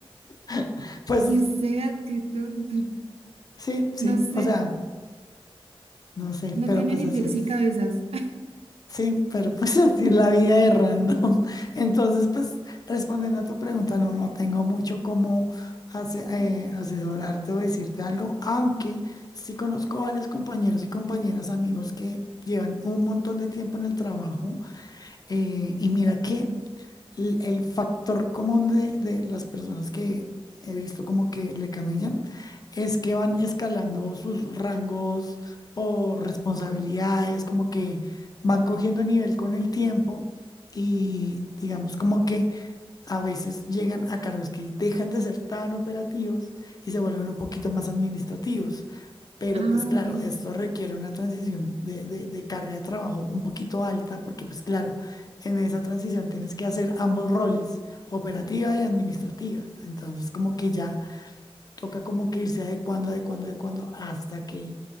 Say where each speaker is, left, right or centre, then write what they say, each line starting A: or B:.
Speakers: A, on the left; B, on the right.
A: <laughs> Pues
B: Y usted, qué tonto.
A: sí, sí,
B: No sé,
A: o sea, no sé,
B: no
A: pero
B: tiene
A: pues
B: ni
A: así
B: pies
A: es.
B: y cabezas. <laughs>
A: Sí, pero <laughs> pues así es la vida de random. <laughs> Entonces, pues respondiendo a tu pregunta, no, no tengo mucho cómo ase- eh, asesorarte o decirte algo, aunque sí conozco varios compañeros y compañeras, amigos que llevan un montón de tiempo en el trabajo eh, y mira que
B: Okay.
A: l- el factor común de, de las personas que he visto como que le camellan es que van escalando sus rangos o responsabilidades, como que van cogiendo nivel con el tiempo y digamos como que a veces llegan a cargos que dejan de ser tan operativos y se vuelven un poquito más administrativos. Pero
B: Ah,
A: pues claro,
B: ok,
A: esto
B: ok.
A: requiere una transición de, de- de carga de trabajo un poquito alta, porque pues claro, en esa transición tienes que hacer ambos roles, operativa y administrativa. Entonces como que ya toca como que irse adecuando, adecuando, adecuando hasta que,